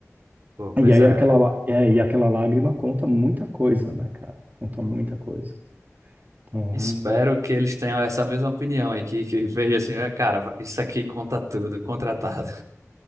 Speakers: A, on the right; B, on the right.
A: Pô, pois
B: E aí
A: é,
B: aquela, lá- é, e aquela lágrima conta muita coisa, né, cara? Conta muita coisa. Então,
A: Espero que eles tenham essa mesma opinião aqui, que veja assim, "É, cara, isso aqui conta tudo, contratado.